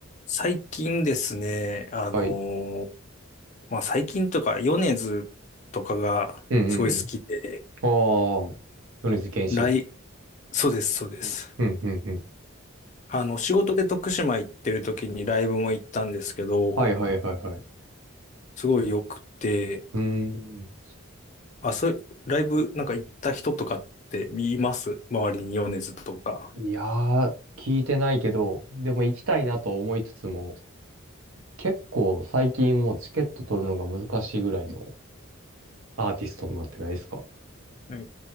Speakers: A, on the left (about 35°); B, on the right (about 75°).
A: 最近ですね、あのー
B: はい。
A: まあ、最近とか、米津とかがすごい好きで、
B: うんうんうん。ああ、米津玄師。
A: ライ、そうです、そうです。
B: うんうんうんうん。
A: あの、仕事で徳島行ってる時にライブも行ったんですけど、
B: はいはいはいはい。
A: すごい良くて、
B: うーん。
A: あ、そう、ライブなんか行った人とかって見ます周りに米津とか。
B: いやー、聞いてないけど、でも行きたいなと思いつつも、結構最近もうチケット取るのが難しいぐらいのアーティストになってないですか
A: はい